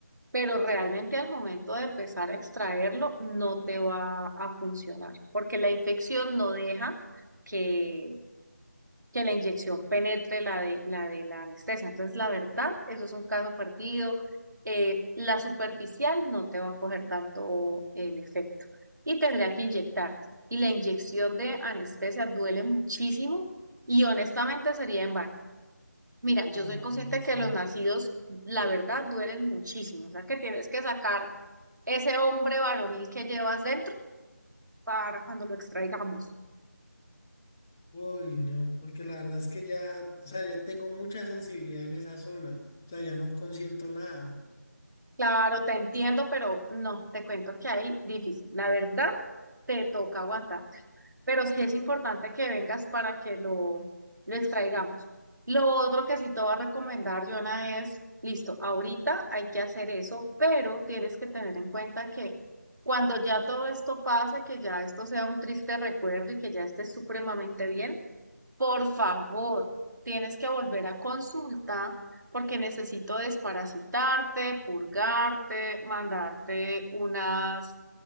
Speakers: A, on the right; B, in the centre.
A: pero realmente al momento de empezar a extraerlo no te va a funcionar, porque la infección no deja que, que la inyección penetre la de, la de la anestesia. Entonces, la verdad, eso es un caso perdido. Eh, la superficial no te va a coger tanto el efecto y tendría que inyectar. Y la inyección de anestesia duele muchísimo y honestamente sería en vano. Mira, yo
B: Ay,
A: soy consciente
B: pues
A: que
B: sí.
A: los nacidos, la verdad, duelen muchísimo. O sea, que tienes que sacar ese hombre varonil que llevas dentro para cuando lo extraigamos.
B: Uy, no, porque la verdad es que ya, o sea, ya tengo mucha sensibilidad en esa zona, o sea, ya no consiento nada.
A: Claro, te entiendo, pero no, te cuento que ahí difícil. La verdad, te toca aguantar, pero sí es importante que vengas para que lo, lo extraigamos. Lo otro que sí te voy a recomendar, Jonah, es, listo, ahorita hay que hacer eso, pero tienes que tener en cuenta que cuando ya todo esto pase, que ya esto sea un triste recuerdo y que ya estés supremamente bien, Por favor, tienes que volver a consulta porque necesito desparasitarte, purgarte, mandarte unos